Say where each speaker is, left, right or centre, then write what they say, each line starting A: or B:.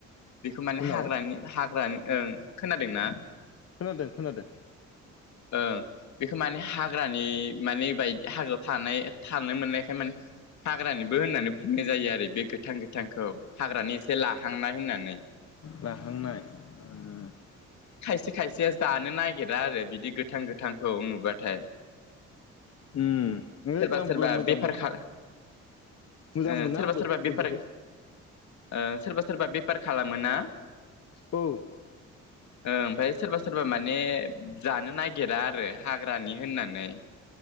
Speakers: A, on the left; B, on the left.
A: बेखौ माने
B: उनाव
A: हाग्रानि हाग्रानि ओं खोनादोंना
B: खोनादों खोनादों।
A: ओ बेखौ माने हाग्रानि माने बायदि हाग्राायाव थानाय थानो मोननायखाय माने हाग्रानिबो होननानै बुंनाय जायो आरो बे गोथां गोथांखौ हाग्रानि एसे लाहांनाय होननानै
B: लाहांनाय ओम
A: खसे खायसे जानो नागिरा आरो बिदि गोथां गोथांखौ नुबाथाय
B: उम हैओद
A: सोरबा
B: आंबो
A: सोरबा
B: मोजां
A: बेफार खा
B: मोजां
A: ओ
B: मोनो
A: सोरबा
B: आंबो
A: सोरबा बेफार
B: इदिखो
A: ओ सोरबा सोरबा बेफार खालामो ना
B: औ
A: ओ ओमफ्राय सोरबा सोरबा माने जानो नाग गिरा आरो हाग्रानि होननानै